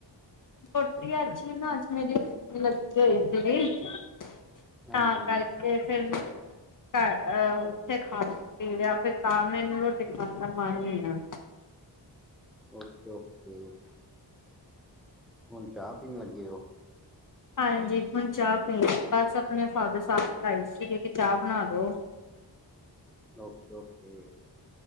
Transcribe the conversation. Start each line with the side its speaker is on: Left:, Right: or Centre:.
Left: ਰੋਟੀ ਅੱਛੀ ਨਾ ਅੱਜ ਮੇਰੀ ਲੱਗੀ ਹੋਈ ਸੀ। ਤਾਂ
Centre: ਹਾਂਜੀ
Left: ਕਰਕੇ ਫਿਰ ਘ ਉੱਥੇ ਖਾ ਪੀ ਲਿਆ ਫਿਰ ਤਾਂ ਮੈਨੂੰ ਰੋਟੀ ਖਾਣ ਦਾ ਮਨ ਹੀ ਆ
Centre: ਓਕੇ ਓਕੇ ਹੁਣ ਚਾਹ ਪੀਣ ਲੱਗੇ ਉਹ
Left: ਹਾਂਜੀ ਹੁਣ ਚਾਹ ਪੀਣੀ ਬਸ ਆਪਣੇ ਫਾਦਰ ਸਾਹਿਬ ਬਲਾਈ ਸੀਗੇ ਕਿ ਚਾਹ ਬਣਾ ਦੋ
Centre: ਓਕੇ ਓਕੇ